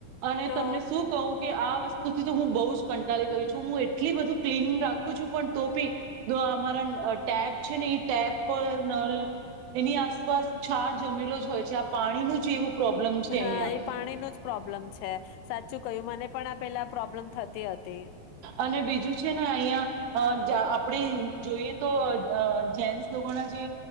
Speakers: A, on the right; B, on the left.
A: અને
B: તો
A: તમને શું કહું કે આ વસ્તુથી તો હું. બહુ કંટાી ગયું છે. હું એટલી બધું ક્લીન રાખું છું પણ. તોપી દો અમારા ટેબ છે ને એ ટેપ પર નલ એની આસપાસ છાર જમેલો જ હોય છે આ પાણીનું જ એવું પ્રોબ્લેમ છે
B: હા
A: અહિયાં
B: એ પાણીનો જ પ્રોબ્લમ. છે સાચું કયું મને પણ આ પેલા પ્રોબ્લેમ થતી હતી.
A: અને બીજું છે ને અહિયાં અહ આપડે જોઈએ તો અહ અહ જેન્ટસ લોકોના જે